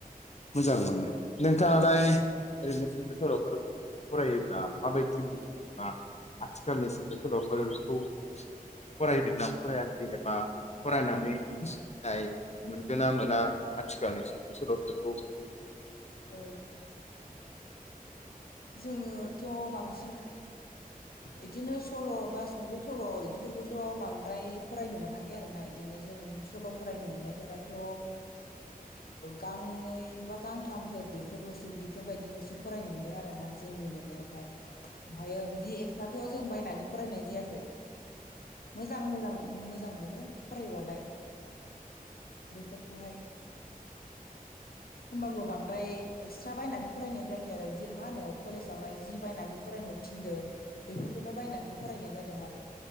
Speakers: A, on the left; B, on the left.
A: मोजां मोनो नोंथाङालाय ओरैनो सुंद' सल'फोर फरायोब्ला माबायदि मोनो बा आथिखालनि सुंद' सल'फोरखौ फरायदोंना फरायाखै एबा फरायनानै बुजिनाय मोनगोन ना मोना आथिखालनि सुंद' सल'फोरखौ
B: औ जोङोथ' बांसिन बिदिनो सल' बासिनोबो स सल' बिदिफोरखौथ' बांद्राय फरायनो मोनाखै आरोना बिदिनो जों सल' फरायनो मोननायफोराथ' गांनै बा गांथामफोर बेफोरल'सो बेफोरबायदिल'सो फरायनो मोनदों मोनदों आरोना जोंनि मोननायावहाय ओमफ्रायो बिदि एक्सट्राथ' जों बायनानै फरायनाय जायाखै मोजां मोजां। मोजां मोनो फरायबालाय बेफोरखौहाय होमबाबो बांद्राय एक्सट्रा बायनानै फरायनाय जायाखै आरो मा होनो कलेजावहाय जि बायनानै फरायनो थिनदों बेफोरखौनो बायनानै फरायनाय जादों आरो